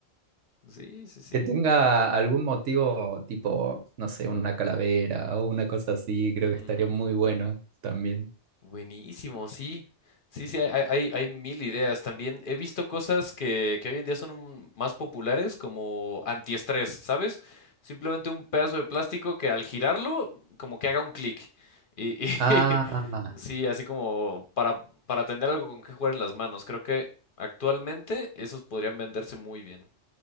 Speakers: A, on the left (about 50°); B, on the right (about 75°).
A: Sí, sí, sí.
B: Que tenga algún motivo tipo, no sé, una calavera o una cosa así, creo que
A: Ujú.
B: estaría muy bueno también.
A: Buenísimo, sí. Sí, sí, hay, hay, hay hay mil ideas. También he visto cosas que, que hoy en día son un- más populares como antiestrés, ¿sabes? Simplemente un pedazo de plástico que al girarlo, como que haga un clic. Y, y <laughs>
B: Ah,
A: sí, así como para, para tener algo con que jugar en las manos. Creo que actualmente esos podrían venderse muy bien.